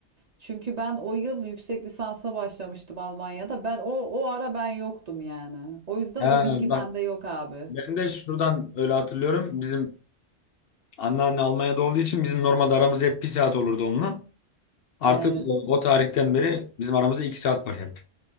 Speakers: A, on the right (about 45°); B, on the left (about 65°).
A: Çünkü ben o yıl yüksek lisansa başlamıştım Almanya'da. Ben o o ara ben yoktum yani. O yüzden
B: Ha,
A: o bilgi
B: bak
A: bende yok abi.
B: ben de şuradan öyle hatırlıyorum. Bizim anneanne Almanya'da olduğu için bizim normalde aramız hep bir saat olurdu onunla. Artık
A: Evet.
B: e, o tarihten beri bizim aramızda iki saat var hep.